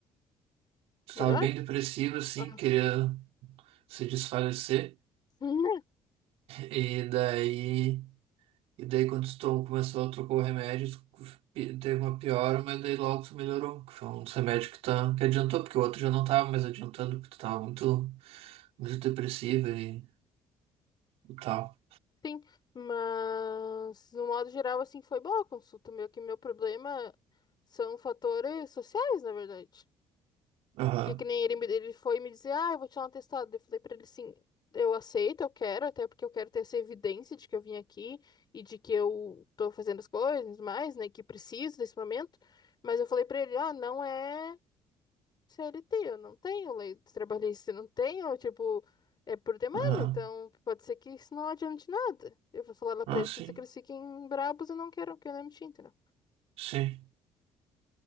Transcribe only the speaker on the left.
Melhor?
Ah.
<laughs>
Né?
Sim, mas no modo geral, assim, foi boa a consulta. Meu, que meu problema são fatores sociais, na verdade.
Porque que nem ele, me- ele foi me dizer, ah, eu vou tirar um atestado. Eu falei pra ele, sim, eu aceito, eu quero, até porque eu quero ter essa evidência de que eu vim aqui e de que eu tô fazendo as coisas mais, né, que preciso desse momento. Mas eu falei pra ele, ah, não é. CLT, eu não tenho lei trabalhista, eu não tenho, tipo, é por demanda,
então pode ser que isso não adiante nada. Eu vou falar lá
pra eles,
pode ser que eles fiquem brabos e não queiram que eu demiti, entendeu?